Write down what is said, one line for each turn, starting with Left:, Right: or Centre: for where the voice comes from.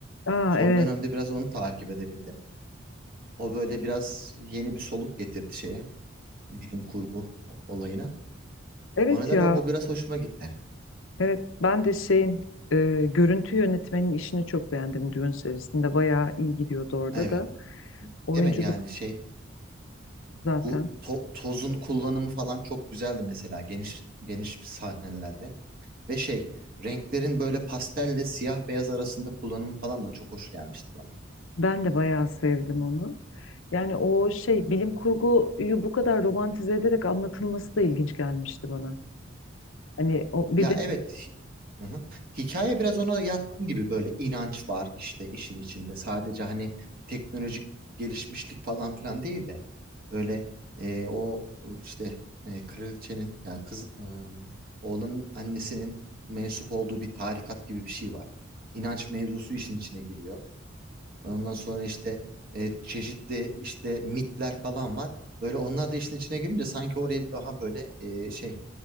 Left: Aa
Right: Son
Left: evet.
Right: dönemde biraz onu takip edebildim. O böyle biraz yeni bir soluk getirdi şeye. Bilim kurgu o- olayına.
Left: Evet
Right: O nedenle
Left: ya.
Right: o, o biraz hoşuma gitti.
Left: Evet ben de şeyin e, görüntü yönetmenin işini çok beğendim Dune serisinde. Bayağı iyi gidiyordu orada
Right: Evet.
Left: da. Oyunculuk
Right: Değil mi yani şey
Left: zaten.
Right: bu to- tozun kullanımı falan çok güzeldi mesela geniş geniş sahnelerde. Ve şey renklerin böyle pastelle siyah beyaz arasında kullanımı falan da çok hoş gelmişti bana.
Left: Ben de bayağı sevdim onu. Yani o şey bilim kurguyu bu kadar romantize ederek anlatılması da ilginç gelmişti bana. Hani o bir
Right: Ya
Left: de
Right: evet. Hı hı. Hikaye biraz ona yatkın gibi böyle inanç var işte işin içinde. Sadece hani teknolojik gelişmişlik falan filan değil de öyle e, o e, işte e, kraliçenin ya kız ım, oğlanın annesinin mensup olduğu bir tarikat gibi bir şey var. İnanç mevzusu işin içine giriyor. Ondan sonra işte e, çeşitli işte mitler falan var. Böyle onlar da işin içine girince sanki orayı daha böyle e, şey